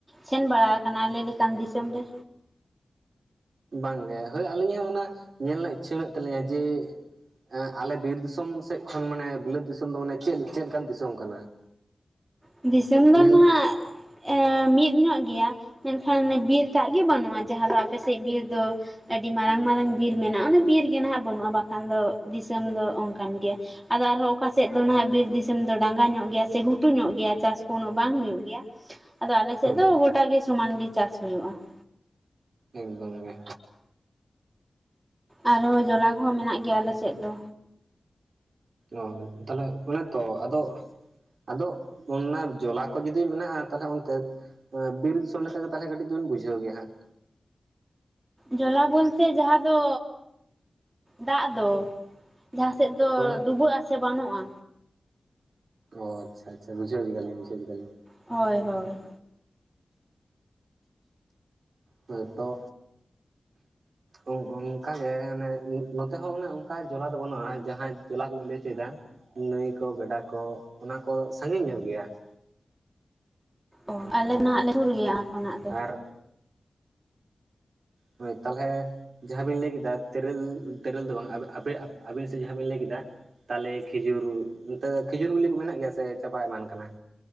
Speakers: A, on the right (about 20°); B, on the right (about 75°).
A: ᱥᱮᱱ ᱵᱟᱲᱟ ᱟᱠᱟᱱᱟ ᱟᱞᱮ ᱞᱮᱠᱟᱱ ᱫᱤᱥᱚᱢ ᱨᱮ?
B: ᱵᱟᱝ ᱜᱮ ᱦᱳᱭ ᱟᱹᱞᱤᱧ ᱦᱚᱸ ᱚᱱᱟ ᱧᱮᱞ ᱨᱮᱱᱟᱜ ᱤᱪᱪᱷᱟᱹ ᱢᱮᱱᱟᱜ ᱛᱟᱹᱞᱤᱧᱟ ᱡᱮ ᱟᱸ ᱟᱞᱮ ᱵᱤᱨ ᱫᱤᱥᱚᱢ ᱥᱮᱫ ᱠᱷᱚᱱ ᱢᱟᱱᱮ ᱵᱤᱞᱟᱹᱛ ᱫᱤᱥᱚᱢ ᱫᱚ ᱢᱟᱱᱮ ᱪᱮᱫ ᱪᱮᱫ ᱞᱮᱠᱟᱱ ᱫᱤᱥᱚᱢ ᱠᱟᱱᱟ? <unintelligible>
A: ᱫᱤᱥᱚᱢ ᱫᱚ
B: ᱧᱮᱞ
A: ᱱᱟᱜ ᱢᱤᱫ ᱧᱚᱜ ᱜᱮᱭᱟ, ᱢᱮᱱ ᱠᱷᱟᱱ ᱵᱤᱨ ᱴᱟᱜ ᱜᱮ ᱵᱟᱹᱱᱩᱜᱼᱟ ᱡᱟᱦᱟᱸ ᱫᱚ ᱟᱯᱮ ᱥᱮᱫ ᱵᱤᱨ ᱫᱚ᱾ ᱟᱹᱰᱤ ᱢᱟᱨᱟᱝ ᱢᱟᱨᱟᱝ ᱵᱤᱨ ᱢᱮᱱᱟᱜᱼᱟ ᱚᱱᱮ ᱵᱤᱨ ᱜᱮ ᱱᱟᱦᱟᱜ ᱵᱟᱹᱱᱩᱜᱼᱟ ᱵᱟᱠᱷᱟᱱ ᱫᱚ ᱫᱤᱥᱚᱢ ᱫᱚ ᱚᱝᱠᱟᱱ ᱜᱮᱭᱟ᱾ ᱟᱫᱚ ᱟᱨᱦᱚᱸ ᱚᱠᱟ ᱥᱮᱫ ᱫᱚ ᱱᱟᱦᱟᱹᱜ ᱵᱤᱨ ᱫᱤᱥᱚᱢ ᱫᱚ ᱰᱟᱝᱜᱟ ᱧᱚᱜ ᱜᱮᱭᱟ ᱥᱮ ᱜᱷᱩᱴᱩ ᱧᱚᱜ ᱜᱮᱭᱟ, ᱜᱮᱭᱟ ᱪᱟᱥ ᱠᱚ ᱩᱱᱟᱹᱜ ᱵᱟᱝ ᱦᱳᱭᱳᱜ ᱜᱮᱭᱟ ᱟᱫᱚ ᱟᱞᱮ ᱥᱮᱫ
B: ᱦᱳᱭ
A: ᱫᱚ ᱜᱚᱴᱟ ᱜᱮ ᱥᱚᱢᱟᱱ ᱜᱮ ᱪᱟᱥ ᱦᱳᱭᱳᱜ-ᱟ ᱾
B: ᱮᱠᱫᱚᱢ ᱜᱮ,
A: ᱟᱨ ᱦᱚᱸ ᱡᱚᱞᱟ ᱠᱚ ᱦᱚᱸ ᱢᱮᱱᱟᱜ ᱜᱮᱭᱟ ᱟᱞᱮ ᱥᱮᱫ ᱫᱚ,
B: ᱚ ᱛᱟᱦᱚᱞᱮ ᱚᱱᱮ ᱛᱚ ᱟᱫᱚ, ᱟᱫᱚ ᱚᱱᱟ ᱡᱚᱞᱟ ᱠᱚ ᱡᱩᱫᱤ ᱢᱮᱱᱟᱜ-ᱟ ᱛᱟᱦᱚᱞᱮ ᱚᱱᱛᱮ, ᱵᱤᱨ ᱫᱤᱥᱚᱢ ᱞᱮᱠᱟ ᱜᱮ ᱛᱟᱦᱚᱞᱮ ᱠᱟᱹᱴᱤᱡ ᱫᱩᱵᱤᱱ ᱵᱩᱡᱷᱟᱹᱳ ᱜᱮᱭᱟᱸ ᱷᱟᱸᱜ,
A: ᱡᱚᱞᱟ ᱵᱚᱞᱛᱮ ᱡᱟᱦᱟᱸ ᱫᱚ ᱫᱟᱜ ᱫᱚ, ᱡᱟᱦᱟᱸ ᱥᱮᱫ ᱫᱚ
B: ᱦᱳᱭ
A: ᱰᱩᱵᱟᱹᱜ-ᱟ ᱥᱮ ᱵᱟᱹᱱᱚ-ᱟ,
B: ᱚ ᱟᱪᱪᱷᱟ ᱟᱪᱪᱷᱟ, ᱵᱩᱡᱷᱟᱹᱳ ᱠᱮᱫᱟ ᱞᱤᱧ ᱵᱩᱡᱟᱹᱳ ᱠᱮᱫᱟ ᱞᱤᱧ
A: ᱦᱳᱭ ᱦᱳᱭ,
B: ᱦᱚᱭ ᱛᱚ, ᱚᱝᱠᱟ ᱜᱮ ᱢᱟᱱᱮ ᱱᱚᱛᱮ ᱦᱚᱸ ᱚᱱᱮ ᱚᱝᱠᱟ ᱡᱚᱞᱟ ᱫᱚ ᱵᱟᱹᱱᱩ-ᱟ ᱡᱟᱦᱟᱸ ᱡᱚᱞᱟ ᱠᱚ ᱵᱤᱱ ᱞᱟᱹᱭ ᱦᱚᱪᱚᱭᱮᱫᱟ ᱾ ᱱᱟᱹᱭ ᱠᱚ ᱜᱟᱰᱟ ᱠᱚ ᱚᱱᱟ ᱠᱚ ᱥᱟᱺᱜᱤᱧ ᱧᱚᱜ ᱜᱮᱭᱟ ᱾
A: ᱚᱸ ᱟᱞᱮ
B: ᱦᱮᱸ
A: ᱫᱚ ᱱᱟᱜ ᱞᱮ ᱥᱩᱨ ᱜᱮᱭᱟ ᱚᱱᱟ ᱠᱷᱚᱱᱟᱜ ᱫᱚ,
B: ᱟᱨ ᱦᱚᱭ ᱛᱟᱦᱚᱞᱮ, ᱡᱟᱦᱟᱸ ᱵᱤᱱ ᱞᱟᱹᱭ ᱠᱮᱫᱟ ᱛᱮᱨᱮᱞ ᱛᱮᱨᱮᱞ ᱫᱚ ᱵᱟᱝ ᱟᱵᱮ ᱟᱹᱵᱤᱱ ᱥᱮᱫ ᱡᱟᱦᱟᱸ ᱵᱤᱱ ᱞᱟᱹᱭ ᱠᱮᱫᱟ, ᱛᱟᱞᱮ ᱠᱷᱤᱡᱩᱨ ᱱᱚᱛᱮ ᱠᱷᱤᱡᱩᱨ ᱵᱮᱞᱮ ᱠᱚ ᱢᱮᱱᱟᱜ ᱜᱮᱭᱟ ᱥᱮ ᱪᱟᱵᱟ ᱮᱢᱟᱱ ᱠᱟᱱᱟ?